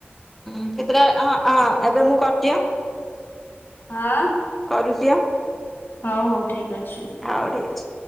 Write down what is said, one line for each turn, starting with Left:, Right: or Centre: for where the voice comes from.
Centre: ହଁ କେତେ ଟା ହଁ ଆ ଏବେ ମୁଁ କରୁଚି ଆଁ।
Left: ହଁ।
Centre: କରୁଛିି ଆ।
Left: ହଉ ହଉ ଠିକ ଅଛି।
Centre: ହଉ ଠିକ ଅଛି।